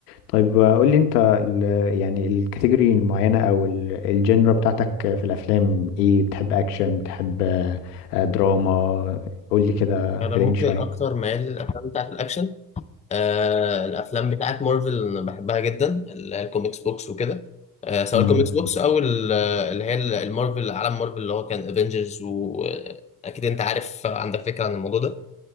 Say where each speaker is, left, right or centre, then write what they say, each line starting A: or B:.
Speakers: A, on the left; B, on the left.
A: طيب آه، قول لي انت ال... يعني الكاتيجوري المعينه او ال... الجنرا بتاعتك في الافلام ايه بتحب اكشن بتحب آه، آه، دراما قول لي كده
B: انا
A: كلمني
B: ممكن
A: شويه
B: اكتر ميال للافلام بتاعت الاكشن آه الافلام بتاعت مارفل أنا بحبها جدا ال- الكوميكس بوكس وكده آه سواء
A: مم.
B: الكوميكس بوكس او ال- آه، اللي هي ال- المارفل عالم مارفل اللي هو كان افنجرز واكيد انت عارف عندك فكره عن الموضوع ده